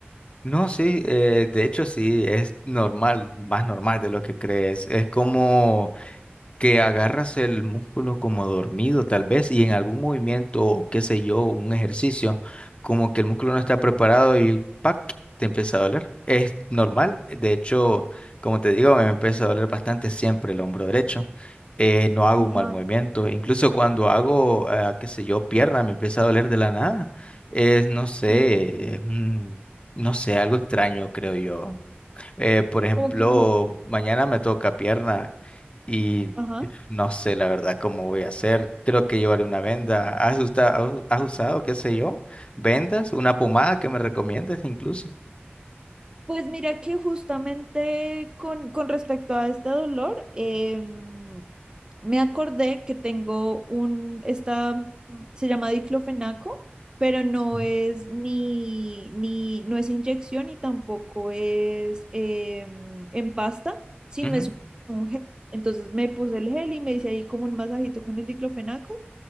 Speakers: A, on the left; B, on the right.
A: No, sí, eh, de hecho sí, es normal, más normal de lo que crees. Es como... que agarras el músculo como dormido tal vez y en algún movimiento o qué sé yo, un ejercicio, como que el músculo no está preparado y ¡pac! te empieza a doler. Es normal, de hecho, como te digo, me empieza a doler bastante siempre el hombro derecho. Eh, no hago
B: Ajá,
A: un mal movimiento, incluso cuando hago, ah, qué sé yo, pierna, me empieza a doler de la nada. Es, no sé,
B: sí.
A: es un- no sé, algo extraño, creo yo. Eh, por ejemplo,
B: Como que
A: mañana me toca pierna. Y
B: Ajá.
A: no sé la verdad cómo voy a hacer. Creo que llevaré una venda. ¿Has usado, has usado, qué sé yo, vendas, una pomada que me recomiendes incluso?
B: Pues mira que justamente con, con respecto a este dolor, em, me acordé que tengo un, esta, mm, se llama diclofenaco, pero no
A: Sí.
B: es ni, ni, no es inyección y tampoco es em, en pasta, sino
A: Ujú,
B: es un gel. Entonces me puse el gel y me hice ahí como un masajito con el diclofenaco